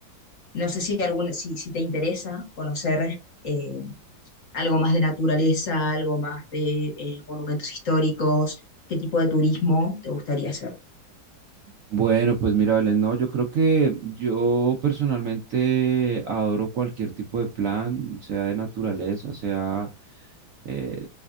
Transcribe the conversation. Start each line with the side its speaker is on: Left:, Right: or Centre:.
Left: No sé si, algún, si, si te interesa conocer eh, algo más de naturaleza, algo más de eh, monumentos históricos, qué tipo de turismo te gustaría hacer.
Right: Bueno, pues mira, Belén, no, yo creo que yo personalmente adoro cualquier tipo de plan, sea de naturaleza, sea, eh,